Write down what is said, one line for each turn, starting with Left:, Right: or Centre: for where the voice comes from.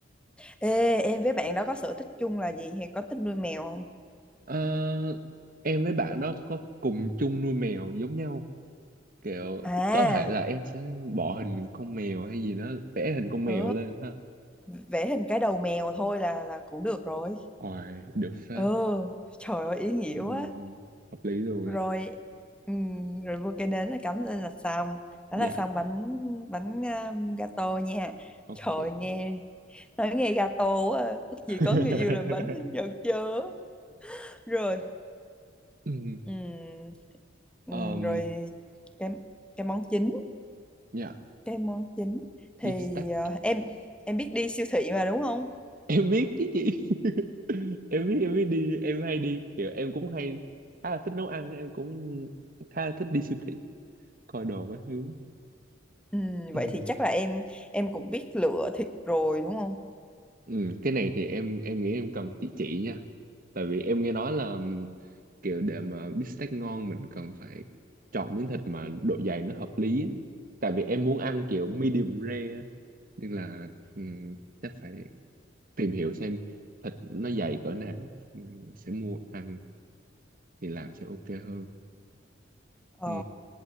Centre: Ê, em với bạn đó có sở thích chung là gì? Hay có thích nuôi mèo không?
Right: Ờ, em với bạn đó có cùng chung nuôi mèo giống nhau kiểu
Centre: À,
Right: có thể là em sẽ bỏ hình con mèo hay gì đó vẽ hình con mèo
Centre: ừ,
Right: lên ha
Centre: vẽ hình cái đầu mèo thôi là là cũng được rồi.
Right: Ôi, được phết
Centre: Ừ, trời ơi ý nghĩa
Right: Ừm,
Centre: quá.
Right: hợp lý luôn
Centre: Rồi,
Right: á
Centre: ừm, rồi mua cái nến là cắm lên là xong.
Right: dạ
Centre: Đó là xong bánh bánh um, gato nha.
Right: ok
Centre: Trời nghe nói nghe gato quá. à. Ước gì
Right: <laughs>
Centre: có người yêu làm bánh sinh nhật chớ. Rồi,
Right: Ừm,
Centre: ừm, ừm,
Right: ờm,
Centre: rồi cái cái món chính
Right: dạ
Centre: Cái món chính thì
Right: beef steak
Centre: ờ, em em biết đi siêu thị mà đúng không?
Right: em biết chứ chị <laughs> em biết em biết đi em hay đi kiểu em cũng hay khá là thích nấu ăn em cũng khá là thích đi siêu thị coi đồ các thứ
Centre: Ừ,
Right: ừ.
Centre: vậy thì chắc là em em cũng biết lựa thịt rồi đúng không?
Right: Ừ. cái này thì em em nghĩ em cần chị chỉ nha tại vì em nghe nói là um, kiểu để mà bít tết ngon mình cần phải chọn miếng thịt mà độ dày nó hợp lý á. tại vì em muốn ăn kiểu medium rare á. nên là um, chắc phải tìm hiểu xem thịt nó dày cỡ nào rồi sẽ mua ăn thì làm sẽ ok hơn
Centre: Ờ,
Right: ừ.